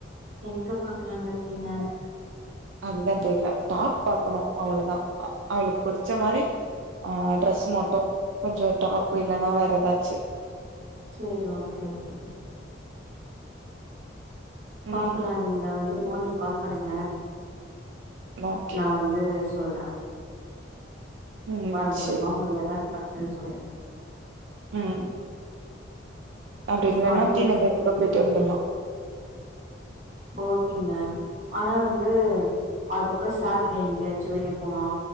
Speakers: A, on the right; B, on the right.
A: எங்க பாக்கலான்னுருக்கீங்க
B: அதுதா தெர்ல டாப் பாக்கணு அவ்ளோதா அ அவளுக் புடிச்ச மாரி ஆ ட்ரெஸ் மட்டு கொஞ்சோ டாப்பு இல்லன்னா வேறெதாச்சு
A: சேரி ஓகே ஓகே பாக்கலா
B: ம்
A: நீங்க வந்து மார்னிங் கால் பண்ணுங்க
B: ஓகே
A: நா வந்து சொல்ற
B: ம்
A: வர முடியுமா
B: சேரி
A: முடியாதான் பட்டுன்னு சொல்லிடுற
B: ம் அப்டி இல்லன்னா
A: ஆனா
B: டீ நகர் கூட போயிட்டு வந்துட்லா
A: ஓகேங்க ஆனா வந்து அதுக்கப்புறோ சேட்டர்டே எங்கயாச்சு வெளிய போலா